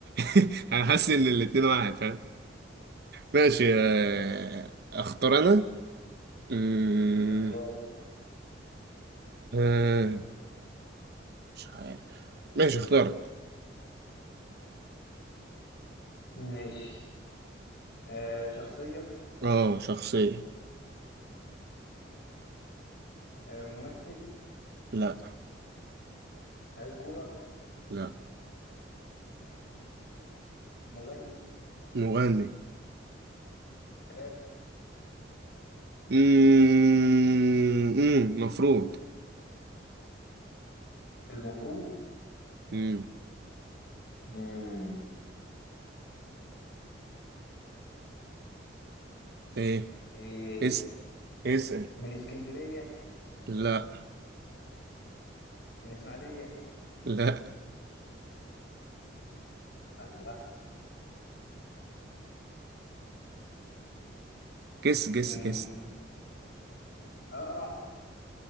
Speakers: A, on the right; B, on the left.
A: <laughs> انا حاسس ان الاتنين واحد فاهم ماشي آه، اختار انا أمم،
B: يا اخبار
A: آه، مش عارف ماشي اخترت
B: ماشي آه شخصية
A: اه شخصية
B: آه ممثل
A: لا
B: لعيب كورة
A: لا
B: مغني
A: مغني
B: راب
A: أمم، أمم، مفروض
B: المفروض
A: أمم،
B: امم
A: ايه
B: إيه
A: اسأل اسأل
B: من اسكندرية
A: لا
B: من اسماعيلية
A: لا
B: الله
A: جس
B: مم.
A: جس جس
B: اقرع